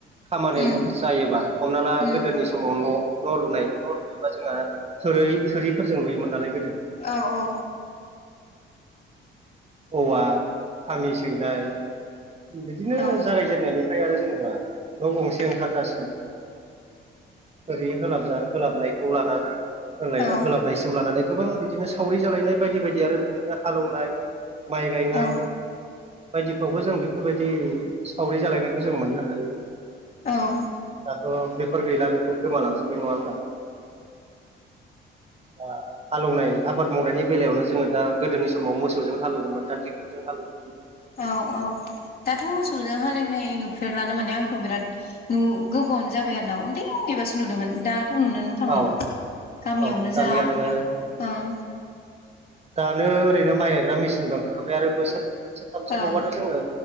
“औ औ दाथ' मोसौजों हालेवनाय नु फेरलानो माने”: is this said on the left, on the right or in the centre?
Left